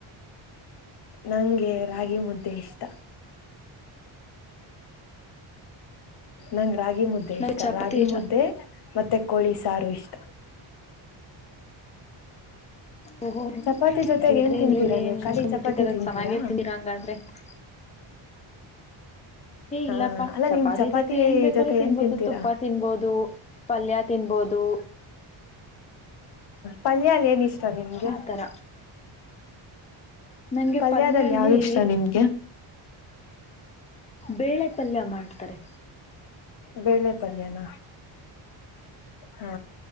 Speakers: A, on the left; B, on the left.
A: ನಂಗೆ ರಾಗಿ ಮುದ್ದೆ ಇಷ್ಟ ನಂಗ ರಾಗಿ ಮುದ್ದೆ
B: ನಂಗೆ
A: ಇಷ್ಟ
B: ಚಪಾತಿ
A: ರಾಗಿ
B: ಇಷ್ಟ
A: ಮುದ್ದೆ ಮತ್ತೆ ಕೋಳಿ ಸಾರು ಇಷ್ಟ
B: ಓಹೋ
A: ಚಪಾತಿ ಜೊತೆಗೆ
B: ಬಿಡ್ರಿ
A: ಏನ್ ತಿಂತೀರಾ
B: ನೀವ ಏನ್
A: ನೀವು ಖಾಲಿ
B: ಅನ್ಕೊಬಿಟ್ಟಿದರ
A: ಚಪಾತಿ ತಿಂತೀರಾ
B: ಚೆನ್ನಾಗೇರ್ತನರಾ ಹಂಗಾದ್ರೆ ಹ ಏ ಇಲ್ಲಪ್ಪ
A: ಹಾ ಅಲ್ಲ
B: ಚಪಾತಿ
A: ನಿಮ್
B: ಜೊತೆ ಏನ್ ಬೇಕಾದ್ರೂ
A: ಜೊತೆ
B: ತಿನ್ಬೋದು
A: ಏನ್ ತಿಂತೀರಾ
B: ತುಪ್ಪ ತಿನ್ಬೋದು ಪಲ್ಯ ತಿನ್ಬೋದು
A: ಪಲ್ಯಾಲ ಏನ ಇಷ್ಟ ನಿಮ್ಗೆ
B: ಆತರ ನಂಗೆ
A: ಪಲ್ಯದಲ್ಲಿ
B: ಪಲ್ಯ ಅಲ್ಲಿ
A: ಯಾವ್ದು ಇಷ್ಟ ನಿಮ್ಗೆ
B: ಬೇಳೆ ಪಲ್ಯ ಮಾಡ್ತಾರೆ
A: ಬೇಳೆ ಪಲ್ಯನ ಹಾ